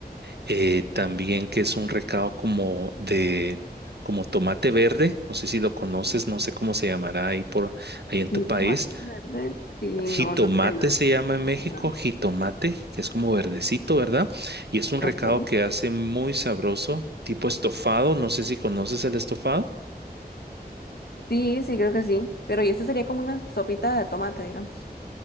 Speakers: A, on the right; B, on the left.
A: eh, también que es un recado como de como tomate verde, no sé si lo conoces, no sé cómo se llamará ahí por ahí en tu
B: Mm,
A: país,
B: Tomate verde. Sí,
A: Jitomate
B: no, no sé. la-
A: se llama en México,
B: Ajá.
A: jitomate, que es como verdecito, ¿verdad? Y es un
B: Okay.
A: recado que hace muy sabroso, tipo estofado, no sé si conoces el estofado.
B: Sí, sí, creo que sí. Pero y esta sería como una sopita de tomate, digamos.